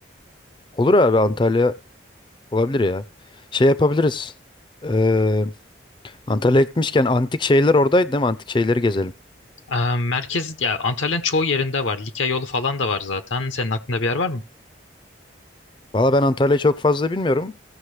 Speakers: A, on the left; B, on the left.
A: Olur abi Antalya olabilir ya. Şey yapabiliriz. Ee, Antalya'ya gitmişken antik şeyler oradaydı değil mi? Antik şeyleri gezelim.
B: Ee, merkez ya Antalya'nın çoğu yerinde var. Likya yolu falan da var zaten. Senin aklında bir yer var mı?
A: Valla ben Antalya'yı çok fazla bilmiyorum.